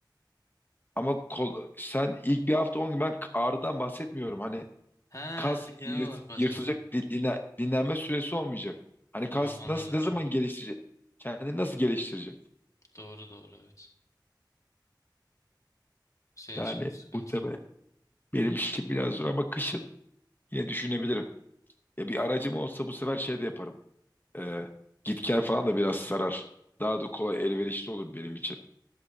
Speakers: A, on the left; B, on the left.
A: Ama kol, sen ilk bir hafta on gün ben ağrıdan bahsetmiyorum. Hani
B: Ha
A: kas
B: sen genel
A: yırt-
B: olarak bahsediyorsun.
A: yırtılacak di- dinle- dinlenme süresi olmayacak. Hani kas
B: Tamam anladım
A: nasıl ne
B: şimdi.
A: zaman geliştirecek? Kendini nasıl geliştirecek?
B: Doğru doğru evet. Senin
A: Yani
B: için de sıkıntı.
A: bu tabii benim işim biraz zor ama kışın yine düşünebilirim. Ya bir aracım olsa bu sefer şey de yaparım. Ee, git gel falan da biraz sarar. Daha da kolay elverişli olur benim için.